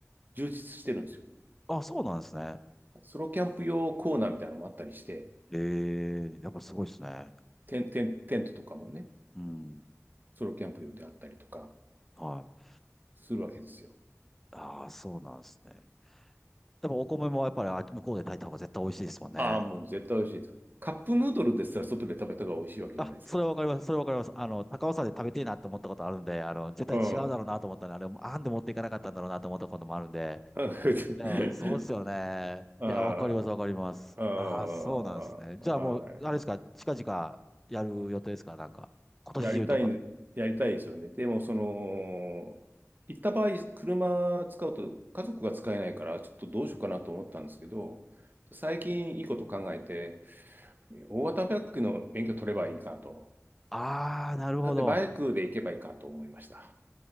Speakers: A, on the right; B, in the centre.
A: 充実してるんですよ。
B: ー、あそうなんですね。
A: ソロキャンプ用コーナーみたいなのもあったりして、
B: ええ、やっぱすごいですね。
A: テン、テン、テントとかもね、
B: うん。
A: ソロキャンプ用であったりとか
B: はい。
A: するわけですよ。
B: ああ、そうなんですね。でもお米もやっぱりあ向こうで炊いた方が絶対美味しいですもんね。
A: ああ、もう絶対美味しいです。カップヌードルですら外で食べた方が美味しいわけじゃないですか。
B: あ、それはわかります。それはわかります。あの、高尾山で食べてえなと思ったことあるんで、あの、絶対違うだろうなと思ったら、
A: うん。
B: あれ、あんで持っていかなかったんだろうなと思ったこともあるんで、
A: <laughs>
B: いや、そうですよね。
A: あ
B: いや、わかります、わかります。
A: あ、ああ、
B: ああ、そうなんですね。
A: は
B: じゃあもう、あれですか、近々やる予定ですか、なんか。今年中とか。
A: い。やりたい、やりたいですよね。でも、その、行った場合、車使うと家族が使えないから、ちょっとどうしようかなと思ったんですけど、最近いいこと考えて、大型バイクの免許取ればいいかと。
B: ああ、なるほど。
A: なんで、バイクで行けばいいかと思いました。